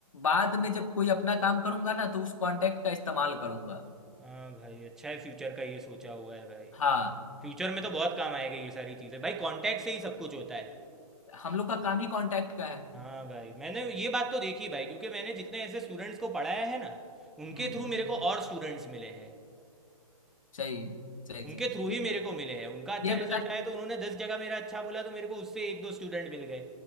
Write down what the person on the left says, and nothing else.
बाद में जब कोई अपना काम करूंगा ना तो उस कॉन्टैक्ट का इस्तेमाल करूंगा
हाँ
हम लोग का काम ही कॉन्टैक्ट का है
हम्म
सही सही
सही
तो
ये
ये
बता